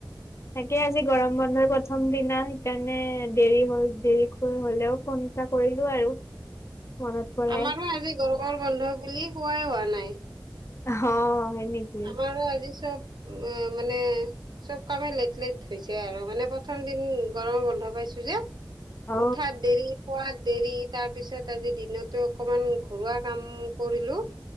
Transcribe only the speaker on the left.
তাকে আজি গৰম বন্ধৰ প্ৰথম দিনা সেইকাৰণে দেৰি হ দেৰিক হলেও ফোন এটা কৰিলো আৰু মনত পৰাই
অ হয় নেকি
অ